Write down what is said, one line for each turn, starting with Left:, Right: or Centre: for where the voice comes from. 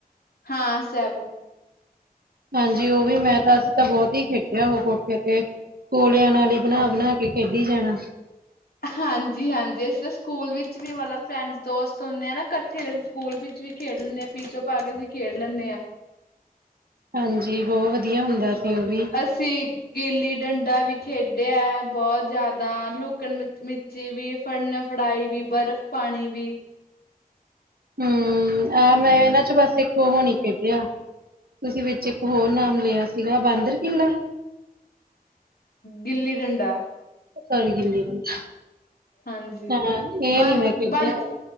Left: ਹਾਂ ਸਟੇਬੂ
Right: ਹਾਂਜੀ ਉਹ ਵੀ ਮੈਂ ਤਾਂ ਅਸੀ ਤਾਂ ਬਹੁਤ ਹੀ ਖੇਡਿਆ ਉਹ ਕੋਠੇ ਤੇ ਕੋਲਿਆਂ ਨਾਲ ਹੀ ਬਣਾ
Left: ਹਾਂ
Right: -ਬਣਾ ਕੇ। ਖੇਡੀ ਜਾਣਾ।
Left: ਹਾਂਜੀ -ਹਾਂਜੀ ਅਸੀ ਤਾਂ ਸਕੂਲ ਵਿੱਚ ਵੀ ਮਤਲਬ ਫਰੈਂਡਸ ਦੋਸਤ ਹੁੰਦੇ ਆ ਨਾ ਕੱਠੇ ਸਕੂਲ ਵਿੱਚ ਵੀ ਖੇਡ ਲੈਂਦੇ ਹਾਂ ਪੀਚੋ ਪਾ ਕੇ ਅਸੀਂ ਖੇਡ ਲੈਂਣੇ ਆਂ।
Right: ਹਾਂਜੀ ਬਹੁਤ ਵਧੀਆ ਹੁੰਦਾ। ਸੀ ਉਹ ਵੀ
Left: ਅਸੀਂ ਗਿੱਲੀ ਡੰਡਾ ਵੀ ਖੇਡਿਆ ਹੈ ਬਹੁਤ ਜ਼ਿਆਦਾ ਲੁਕਣ ਮੀਚ ਚੀ ਵੀ ਫੜਨਾ ਫੜਾਈ ਵੀ ਬਰਫ਼ ਪਾਣੀ ਵੀ
Right: ਹੂੰ ਆਹ ਮੈਂ ਇਹਨਾਂ 'ਚ ਬਸ ਇੱਕੋ ਹੁਣੇ ਹੀਂ ਖੇਡਿਆ। ਤੁਸੀਂ ਵਿੱਚ ਇੱਕ ਹੋਰ ਨਾਮ ਲਿਆ ਸੀਗਾ ਬਾਂਦਰ ਕਿਲਾ
Left: ਗਿੱਲੀ ਡੰਡਾ
Right: ਹਾਂਜੀ ਗਿੱਲੀ ਡੰਡਾ
Left: ਹਾਂਜੀ
Right: ਹਾਂ ਇਹ
Left: ਬੰਦ-
Right: ਨੀ ਮੈਂ ਖੇਡਿਆ
Left: ਬੰਦ